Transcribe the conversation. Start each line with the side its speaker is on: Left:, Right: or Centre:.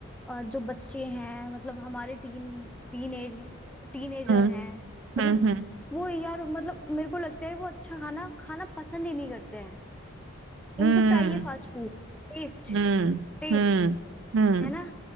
Centre: अ, जो बच्चे हैं मतलब हमारे टीन टीनेज टीनेजर
Right: हम्म
Centre: हैं मतलब
Right: हम्म
Centre: वो यार मतलब मेरे को लगता है वो अच्छा खाना खाना पसंद ही नहीं करते हैं
Right: हम्म
Centre: उनको चाहिए फास्ट फूड टेस्ट
Right: हम्म
Centre: टेस्ट
Right: हम्म हम्म
Centre: है ना